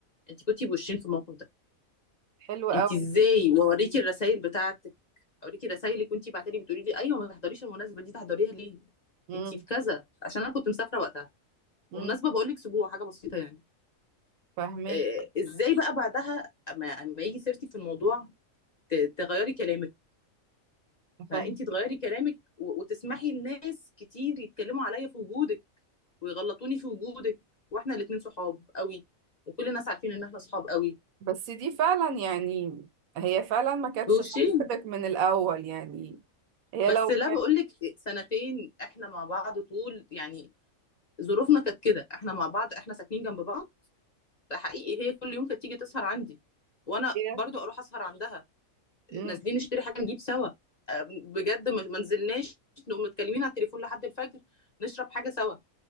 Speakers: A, on the left (about 40°); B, on the right (about 85°).
A: انت كنتي بوشين في الموقف ده
B: حلو أوي
A: انت ازاي
B: إنك
A: واوريكي
B: قلتيلي.
A: الرسائل بتاعتك اوريكي الرسائل اللي كنتي بعتلي بتقولي لي ايوه ما تحضريش المناسبه دي تحضريها ليه
B: مم.
A: انت في كذا عشان انا كنت مسافره وقتها
B: مم.
A: ومناسبه بقول لك اسبوع حاجه بسيطه يعني
B: فاهمك
A: آه، ازاي بقى بعدها اما اما يجي سيرتي في الموضوع ت- تغيري كلامك فانت
B: فاهمك
A: تغيري كلامك و- وتسمحي لناس كتير يتكلموا عليا في وجودك ويغلطوني في وجودك واحنا الاتنين صحاب قوي وكل الناس عارفين ان احنا صحاب قوي
B: بس دي فعلا يعني هي فعلا ما كانتش
A: بوشين
B: صاحبتك من الأول يعني هي
A: بس
B: لو
A: لا
B: كانت
A: بقول لك سنتين احنا مع بعض طول يعني ظروفنا كانت كده احنا مع بعض احنا ساكنين جنب بعض حقيقي هي كل يوم كانت تيجي تسهر عندي وانا
B: هي
A: برضو اروح اسهر عندها
B: مم.
A: نازلين نشتري حاجه نجيب سوا آه، بجد ما ما نزلناش نقوم متكلمين على التليفون لحد الفجر نشرب حاجه سوا